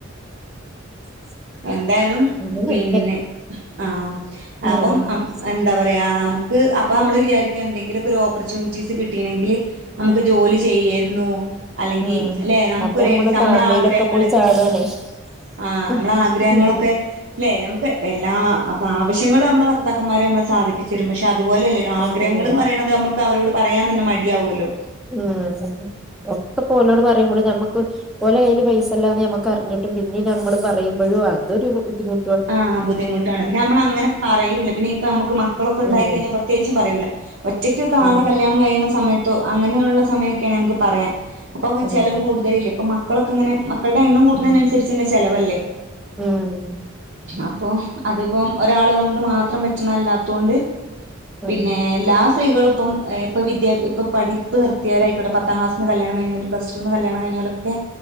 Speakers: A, in the centre; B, on the right (about 55°).
A: <inaudible>
B: എന്തായാലും
A: അങ്ങനെയൊക്കെ
B: പിന്നെ ആഹ്
A: ഉം
B: അപ്പം <unintelligible> എന്താ പറയാ നമക്ക് അപ്പ അമ്മള് വിചാരിക്ക എന്തെങ്കിലൊക്കെ ഒരു ഓപ്പർച്യൂണിറ്റീസ് കിട്ടീണെങ്കില് നമുക്ക് ജോലി ചെയ്യേർന്നു അല്ലെങ്കി
A: ഉം
B: അല്ലെ നമുക്കൊര്
A: അപ്പൊ നമ്മള്
B: എണിൻസ് നമ്മളെ
A: കാണ്ണീലൊക്കെ
B: ആഗ്രഹങ്ങള്
A: പോയി ചാടാണേ
B: ആഹ്
A: ഉം
B: നമ്മളെ ആ ഗ്രഹങ്ങളൊക്കെ
A: ഉം
B: ല്ലേ നമുക്ക് എല്ലാ അപ്പാവശ്യങ്ങള് നമ്മളെ ഭർത്താക്കന്മാര് നമ്മളെ സാധിപ്പിച്ചെരും പക്ഷെ അതുപോലെയല്ലല്ലോ ആ
A: ഹ്മ്മ്
B: വേണം അത് നമ്മക്ക് അവരോട് പറയാൻ തന്നെ മടിയാവല്ലോ
A: ഹ്മ്മ് ഒക്കപോലോട് പറയുമ്പോള് ഞമ്മക്ക് ഓലെ കയ്യില് പൈസല്ലാന്ന് നമ്മക്കറിഞ്ഞിട്ടും പിന്നിത് നമ്മള് പറയുമ്പഴും അതൊരു ബുദ്ധിമു
B: ആഹ് ബുദ്ധിമുട്ടാണ്. പിന്ന നമ്മളങ്ങനെ പറയൂല പിന്നെ ഇപ്പ നമക്ക് മക്കളൊക്കെ ഇണ്ടായി
A: ഉം
B: കഴിഞ്ഞാ പ്ര ത്യേകിച്ചും പറയൂല. ഒറ്റയ്ക്കൊക്കാവ്ണ
A: ഉം
B: കല്യാണം കഴിയ്ണ സമയത്ത് ത്തോ അങ്ങനെയുള്ള സമയൊക്കേണെ നമുക്ക് പറയാം. അപ്പോ
A: ഉം
B: ചെലവ് കൂടുതലില്ല ഇപ്പോ മക്കളൊക്കെങ്ങനെ മക്കളുടെ എണ്ണം കൂടുന്നതിനനുസരിച്ചന്നെ
A: ഉം
B: ചെലവല്ലേ
A: ഉം
B: അപ്പം അത്പ്പം ഒരാളെ കൊണ്ട് മാത്രം പറ്റുന്നല്ലാത്തൊണ്ട്
A: ഉം
B: പിന്നെ എല്ലാ സ്ത്രീകൾക്കും ഏഹ് ഇപ്പം ഇപ്പ വിദ്യാ ഇപ്പ പഠിപ്പ്‌ നിർത്തിയാരായിക്കോട്ടെ പത്താം ക്ലാസിന്ന് കല്യാണം കഴിഞ്ഞോല് പ്ലസ്ടുന്ന് കല്യാണം കഴിഞ്ഞോലൊക്കെ